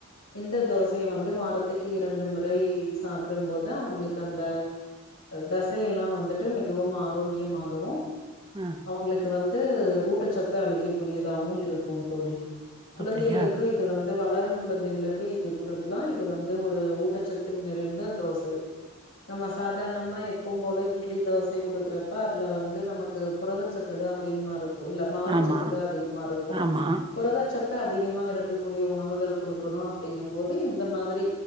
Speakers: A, on the left (about 75°); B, on the right (about 20°).
A: இந்த தோசையை வந்து வாரத்துக்கு இரண்டு முறை சாப்டும்போது அவங்களுக்கு அந்த தசையெல்லா வந்துட்டு மிகவும் ஆரோக்கியமாகவு
B: ஆ
A: அவங்களுக்கு வந் வந்து ஊட்டச்சத்து அழிக்க கூடியதாவவு இருக்கு தோழி குழந்தைகளுக்கு
B: அப்டியா
A: இது வந் து வளரும் குழந்தைகளுக்கு இது குடுக்கலா இது வந்து ஒரு ஊட்டச்சத்து நிறைந்த தோசை நம்ம சாதாரணமா எப்போம் போல இட்லி தோசை குடுக்குறப்ப அதுல வந்து நமக்கு புரதச்சத்து தா அதிகமா இருக்கு மாவச்சத்து
B: ஆமா
A: தா அதிகமா இருக்கு
B: ஆமா
A: புரதச்சத்து அதிகமா இருக்கக்கூடிய உணவுக் குடுக்கணு அப்படிங்கும் போது இந்த மாதிரி